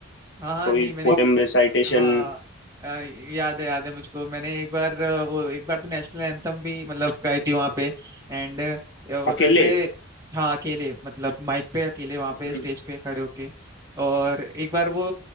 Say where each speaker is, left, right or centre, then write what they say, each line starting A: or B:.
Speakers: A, on the right; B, on the left.
A: हाँ हाँ
B: कोई
A: नहीं मैंने
B: पोएम रिसाइटेशन
A: हाँ अ, याद है याद है मुझको मैंने एक बार अ, वो एक बार तो नेशनल एंथम भी मतलब गाई थी वहाँ पे एंड और
B: अकेले
A: ऐसे हाँ अकेले मतलब माइक पे अकेले वहाँ पे
B: हम्म
A: स्टेज पे खड़े होके और एक बार वो